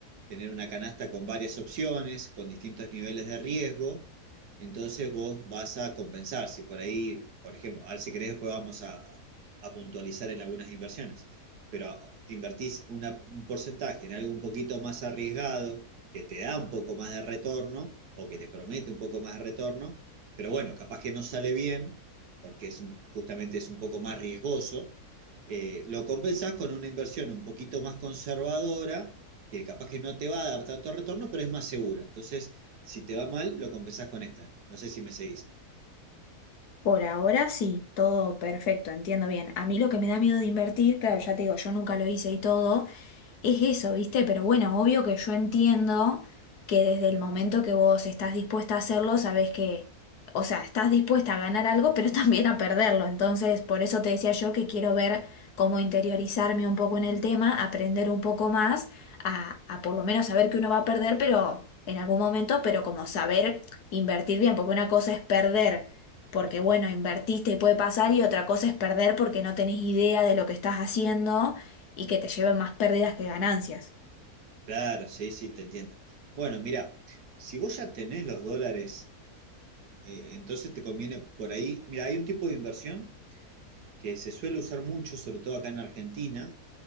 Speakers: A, on the right; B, on the left.
A: tener una canasta con varias opciones, con distintos niveles de riesgo, entonces vos vas a compensar. Si por ahí, por ejemplo, ahora si querés después vamos a, a puntualizar en algunas inversiones, pero invertís una- un porcentaje en algo un poquito más arriesgado que te da un poco más de retorno o que te promete un poco más de retorno, pero bueno, capaz que no sale bien porque es justamente es un poco más riesgoso, eh, lo compensas con una inversión un poquito más conservadora, que capaz que no te va a dar tanto retorno, pero es más segura. Entonces, si te va mal, lo compensás con esta. No sé si me seguís.
B: Por ahora sí, todo perfecto, entiendo bien. A mí lo que me da miedo de invertir, claro, ya te digo, yo nunca lo hice y todo, es eso, ¿viste? Pero bueno, obvio que yo entiendo que desde el momento que vos estás dispuesta a hacerlo, sabés que, o sea, estás dispuesta a ganar algo, pero <laughs> también a perderlo. Entonces, por eso te decía yo que quiero ver cómo interiorizarme un poco en el tema, aprender un poco más, a, a por lo menos saber que uno va a perder, pero en algún momento, pero como saber invertir bien, porque una cosa es perder. Porque bueno, invertiste y puede pasar y otra cosa es perder porque no tenés idea de lo que estás haciendo y que te lleve más pérdidas que ganancias.
A: Claro, sí, sí, te entiendo. Bueno, mirá, si vos ya tenés los dólares, eh, entonces te conviene por ahí. Mira, hay un tipo de inversión que se suele usar mucho, sobre todo acá en Argentina,